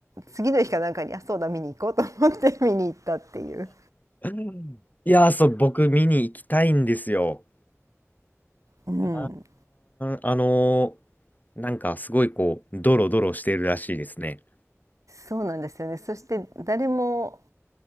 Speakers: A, on the right; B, on the left.
A: 次の日かなんかにあそうだ見に行こうと思って見に行ったっていう、
B: うんいやー、そう、僕見に行きたいんですよ。
A: うん、
B: あー、あのーなんかすごいこう、ドロドロしてるらしいですね。
A: そうなんですよねそして誰も